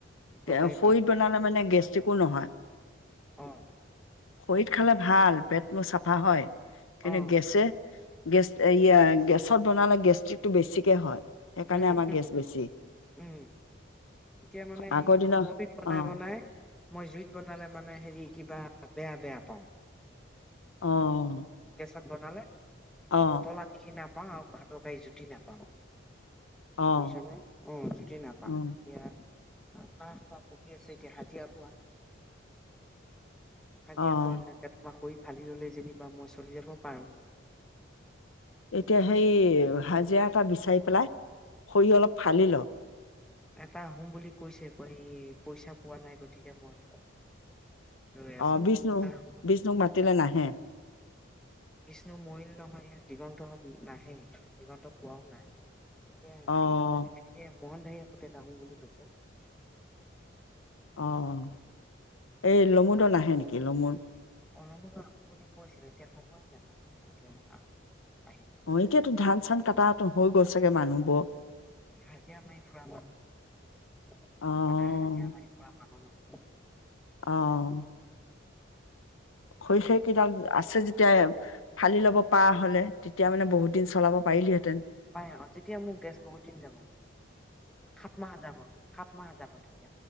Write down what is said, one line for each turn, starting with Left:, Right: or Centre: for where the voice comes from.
Centre: তৰকাৰী
Left: তেও খৰিদ
Centre: ভাত
Left: বনালে মানে গেষ্ট্ৰিকো নহয়।
Centre: অহ'।
Left: খৰিত খালে ভাল, পেট তোৰ চাফ আহ হয়। কেনে
Centre: অ
Left: গেছে গেছ এইয়া, গেছত বনালে গেষ্ট্ৰিকটো বেছিকে হয়। সেইকাৰণে
Centre: উম
Left: আমাৰ
Centre: উম
Left: গেছ বেছি।
Centre: উম এতিয়া মানে হে
Left: আগৰ দিনৰ
Centre: খৰিত বনাই
Left: অ',
Centre: বনাই, মই জুইত বনালে মানে হেৰি কিবা বেয়া বেয়া পাওঁ।
Left: অ'।
Centre: ভাত বনালে?
Left: অ',
Centre: নুতলা নিখিনা পাওঁ, ভাততো খাই জুতি নাপাওঁ মানে।
Left: অ',
Centre: বুইছনে উম, জুতি নাপাওঁ,
Left: উম,
Centre: কিয়া? আগ বাঁহ পা পকী আছে এতিয়া হাজিৰা পোৱা নাই। হাজিৰা
Left: অ',
Centre: পোৱা নাই <unintelligible> হালি ললেই যেনিবা মই চলি যাব পাৰোঁ।
Left: এতিয়া হেই, হাজিৰা এটা বিচাৰি পেলাই খৰি অলপ ফালি ল'।
Centre: এটা আহোং বুলি কৈছে, কৈ পইচা পোৱা নাই, গতিকে মই ৰৈ আছো
Left: অ' বিষ্ণু,
Centre: আহ
Left: বিষ্ণুক মাতিলে নাহে।
Centre: বিষ্ণু মৰিল নহয়, এয়া দিগন্ত হত নাহেই, দিগন্তক কোৱাও নাই। এয়া,
Left: অ',
Centre: এই <unintelligible> মোহন ভাইয়া পুতেক আহো বুলি কৈছে।
Left: অ' এই লমুদৰ নেকি? লমুদ
Centre: অলবল আহো বুলি কৈছিল, এতিয়া সময় নাপায় <unintelligible>
Left: অহ, এতিয়াতো ধান-চান কাটা তো হৈ গ'ল চাগে মানুহবো।
Centre: হাজিৰা মাৰি ফুৰা মানুহ নহয়,
Left: অ',
Centre: সদায় হাজিৰা মাৰি ফুৰা মানুহ ন। <unintelligible>
Left: অহ। খৰি চৰি কেইদাল আছে যেতিয়া, এ ফালি ল'ব পৰা হ'লে, তেতিয়া মানে বহুত দিন ছ চলাব পাইলি হেত
Centre: পাই অ, তেতিয়া মো গেছ বহুত দিন যাব, সাত মাহ যাব, সাত মাহ যাবতে